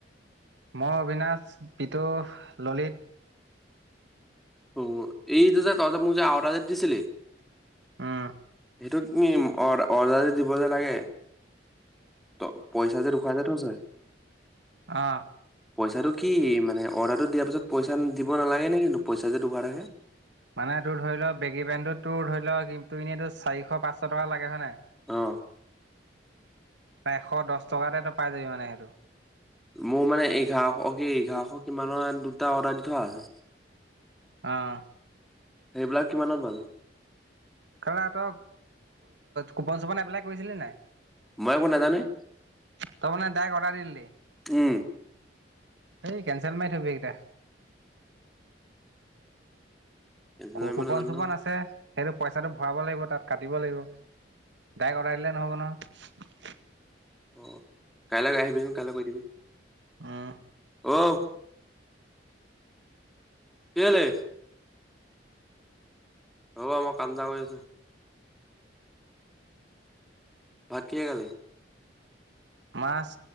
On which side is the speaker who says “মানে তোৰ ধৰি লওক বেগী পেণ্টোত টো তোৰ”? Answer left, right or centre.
Right